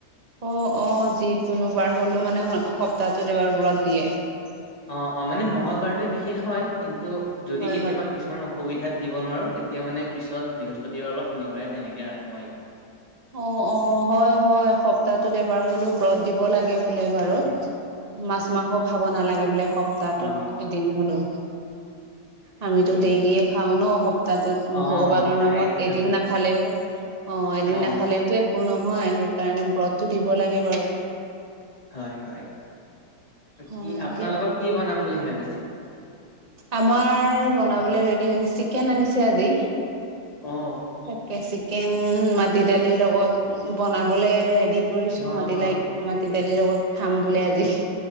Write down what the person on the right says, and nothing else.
অহ -অহ যিকোনোবাৰ হ'লেও মানে সপ্তাহটোত এবাৰ ব্ৰত দিয়ে।
হয়
হয়।
অহ - অহ, হয় -হয় সপ্তাহটোত এবাৰ হলেও ব্ৰত দিব লাগে। এ বোলে বাৰু
মাছ, মাংস খাব নালাগে বোলে সপ্তাহটোত
এদিন হলো। আমিতো
ডেইলিয়ে খাওঁ ন'সপ্তাহটোত
ভগৱানৰ নামত
এদিন
নাখালেও অহ, এদিন
টো একো নহয় সেইকাৰণে ব্ৰততো দিব লাগে বাৰু।
হয়
এতিয়া
আমাৰ বনাবলৈ ৰেডি হৈছে চিকেন আনিছে আজি।
তাকে চিকেন মাটি দালিৰ লগত বনাবলে ৰেডি কৰিছো
মাটি
লাইক মাটি দালিৰ লগত খাম বোলি আজি।